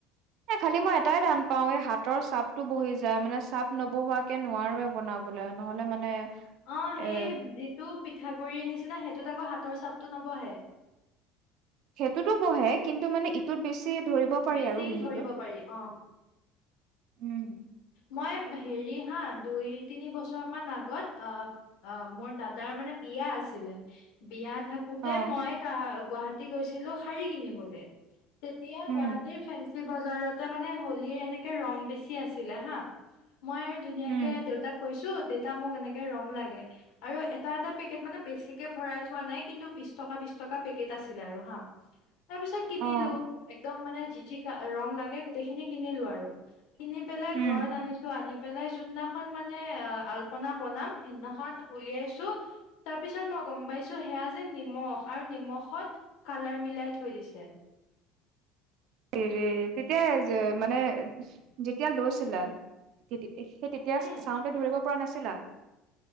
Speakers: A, on the right; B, on the left.
A: এ খালি মই এটাই টান পাওঁ, এ হাতৰ চাপতটো বহি যায় মানে চাপ নবহুৱা কে নোৱাৰোৱে বনাবলে নহ'লে মানে
B: অঁ
A: এ
B: সেই যিটো পিঠাগুড়িৰ নিচিনা সেটোত আকৌ হাতৰ চাপটো নবহে।
A: সেটোতো বহে কিন্তু মানে ইটোত বেছি ধৰিব পাৰি
B: বেছি
A: আৰু মিহিটোত।
B: ধৰিব পাৰি অ
A: উম
B: মই হেৰি হাঁ দুই, তিনি বছৰ মান আগত অঁ অঁ মোৰ দাদাৰ মানে বিয়া আছিলে বিয়া থা কোতে
A: অ'
B: মই তা গুৱাহটী গৈছিলো শাৰী কিনিবলে। তেতিয়া
A: উম
B: গুৱাহাটীৰ ফেন চি বজাৰতে মানে হলিৰ এনেকে ৰং বেছি আছিলে হাঁ্ মই আৰু ধুনীয়াকে
A: উম
B: দেউতাক কৈছো, দেতা মোক এনেকে ৰং লাগে। আৰু এটা এটা পেকেট মানে বেছিকে ভৰাই থোৱা নাই, কিন্তু বিশ টকা বিশ টকা পেকেট আছিলে আৰু হাঁ। <inaudible> তাৰ পিছত কিনিলো
A: অ'
B: একদম মানে যি যি কা ৰং লাগে গোটেইখিনি কিনিলো আৰু কিনি পেলাই
A: উম।
B: ঘৰত আনিছো আনি পেলাই যোন নাখন মানে অ' আল্পনা বনাম সেদিনা খন উলিয়াইছো তাৰপিছত মই গ'ম পাইছোঁ সেয়া যে নিমখ, আৰু নিমখত কালাৰ মিলাই থৈ দিছে।
A: হেৰে তেতিয়া এযে মানে যেতিয়া লৈছিলা। সেই তেতি সেই তেতিয়া
B: উম
A: চাওঁতে ধৰিব পৰা নাছিলা?